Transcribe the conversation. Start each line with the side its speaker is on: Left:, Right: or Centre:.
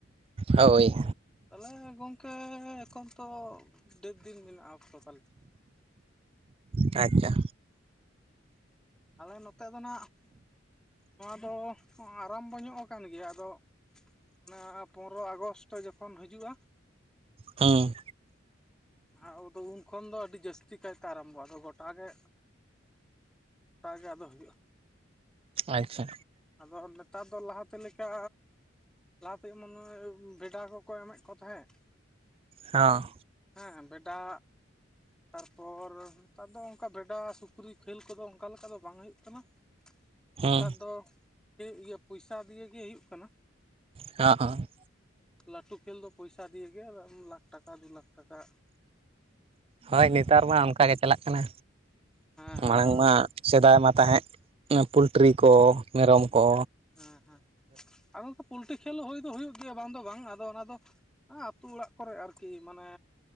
Right: ᱦᱳᱭ
Centre: ᱛᱟᱦᱚᱞᱮ ᱜᱚᱝᱠᱮ ᱮᱠᱷᱚᱱ ᱛᱚ ᱰᱷᱮᱨ ᱫᱤᱱ ᱢᱮᱱᱟᱜᱼᱟ ᱚᱠᱛᱚ ᱛᱟᱦᱚᱞᱮ
Right: ᱟᱪᱷᱟ
Centre: ᱟᱞᱮ ᱱᱚᱛᱮ ᱫᱚ ᱱᱟᱜ ᱱᱚᱣᱟ ᱫᱚ ᱟᱨᱟᱢ ᱰᱚ ᱧᱚᱜ ᱟᱠᱟᱱ ᱜᱮᱭᱟ ᱟᱫᱚ ᱚᱱᱟᱱ ᱯᱚᱱᱮᱨᱚ ᱟᱜᱚᱥᱴ ᱡᱚᱠᱷᱚᱱ ᱦᱤᱡᱩᱜᱼᱟ
Right: ᱦᱮᱸ
Centre: ᱟᱫᱚ ᱩᱱ ᱠᱷᱚᱱ ᱫᱚ ᱟᱹᱰᱤ ᱡᱟᱹᱥᱛᱤ ᱠᱟᱭᱛᱮ ᱟᱨᱟᱢᱵᱚᱜᱼᱟ ᱟᱫᱚ ᱜᱚᱴᱟᱜᱮ ᱜᱚᱴᱟᱜ ᱜᱮ ᱟᱫᱚ ᱦᱩᱭᱩᱜᱼᱟ
Right: ᱟᱪᱷᱟ
Centre: ᱟᱫᱚ ᱱᱮᱛᱟᱨ ᱫᱚ ᱞᱟᱦᱟᱛᱮ ᱞᱮᱠᱟ ᱞᱟᱦᱟᱛᱮ ᱢᱚᱱᱮ ᱵᱷᱮᱰᱟ ᱠᱚᱠᱚ ᱮᱢᱮᱫ ᱠᱚ ᱛᱟᱦᱮᱸᱫ
Right: ᱦᱮᱸ
Centre: ᱦᱮᱸ ᱵᱷᱮᱰᱟ ᱛᱟᱨᱯᱚᱨ ᱱᱮᱛᱟᱨ ᱫᱚ ᱚᱱᱠᱟ ᱵᱷᱮᱰᱟ ᱥᱩᱠᱨᱤ ᱠᱷᱮᱹᱞ ᱠᱚᱫᱚ ᱚᱱᱠᱟ ᱞᱮᱠᱟ ᱫᱚ ᱵᱟᱝ ᱦᱩᱭᱩᱜ ᱠᱟᱱᱟ
Right: ᱦᱩᱸ
Centre: ᱱᱮᱛᱟᱨ ᱫᱚ ᱦᱩᱭᱩᱜ ᱜᱮᱭᱟ ᱯᱚᱭᱥᱟ ᱫᱤᱭᱮ ᱜᱮ ᱦᱩᱭᱩᱜ ᱠᱟᱱᱟ
Right: ᱦᱮᱸ ᱦᱮᱸ
Centre: ᱞᱟᱹᱴᱩ ᱠᱷᱮᱞ ᱫᱚ ᱯᱚᱭᱥᱟ ᱫᱤᱭᱮ ᱜᱮ ᱞᱟᱠᱷ ᱴᱟᱠᱟ ᱫᱩ ᱞᱟᱠᱷ ᱴᱟᱠᱟ
Right: ᱦᱳᱭ ᱱᱮᱛᱟᱨ
Centre: ᱟᱨ
Right: ᱢᱟ ᱚᱱᱠᱟ ᱜᱮ ᱪᱟᱞᱟᱜ ᱠᱟᱱᱟ
Centre: ᱦᱮᱸ
Right: ᱢᱟᱲᱟᱝ
Centre: ᱟᱨ
Right: ᱢᱟ ᱥᱮᱫᱟᱭ ᱢᱟ ᱛᱟᱦᱮᱸ ᱯᱚᱞᱴᱨᱤ ᱠᱚ ᱢᱮᱨᱚᱢ ᱠᱚ
Centre: ᱦᱮᱸ ᱦᱮᱸ ᱟᱨ ᱜᱚᱢᱠᱟ ᱯᱚᱞᱴᱤ ᱠᱷᱮᱞ ᱦᱩᱭ ᱫᱚ ᱦᱩᱭᱩᱜ ᱜᱮᱭᱟ ᱵᱟᱝ ᱫᱚ ᱵᱟᱝ ᱟᱫᱚ ᱚᱱᱟ ᱫᱚ ᱟᱸ ᱟᱛᱩ ᱚᱲᱟᱜ ᱠᱚᱨᱮ ᱟᱨᱠᱤ ᱢᱟᱱᱮ